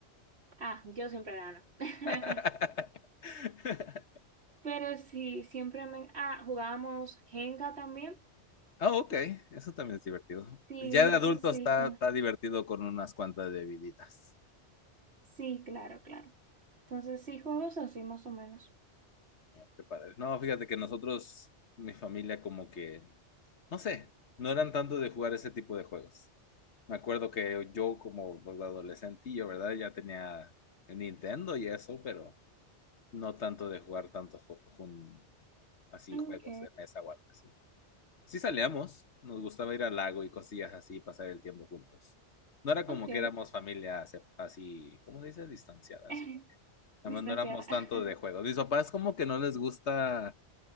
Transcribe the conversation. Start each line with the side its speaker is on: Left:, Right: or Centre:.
Right: Ah, yo siempre gano. <laughs>
Left: <laughs>
Right: Pero sí, siempre me... Ah, jugábamos Jenga también.
Left: Ah, ok. Eso también es divertido.
Right: Sí,
Left: Ya
Right: entonces
Left: de adulto
Right: sí,
Left: está,
Right: como...
Left: está divertido con unas cuantas bebiditas.
Right: Sí, claro, claro. Entonces sí, juegos así más o menos.
Left: Qué padre. No, fíjate que nosotros, mi familia, como que, no sé, no eran tanto de jugar ese tipo de juegos. Me acuerdo que yo como adolescentillo, ¿verdad? Ya tenía el Nintendo y eso, pero no tanto de jugar tanto ju- jun- así
Right: Ok,
Left: juegos de mesa o algo así. Sí salíamos, nos gustaba ir al lago y cosillas así, pasar el tiempo juntos. No era como
Right: ok.
Left: que éramos familia se- así, ¿cómo se dice? Distanciada,
Right: <laughs>
Left: así. Nada
Right: Distanciada.
Left: más no éramos
Right: <laughs>
Left: tanto de juegos. Mis papás como que no les gusta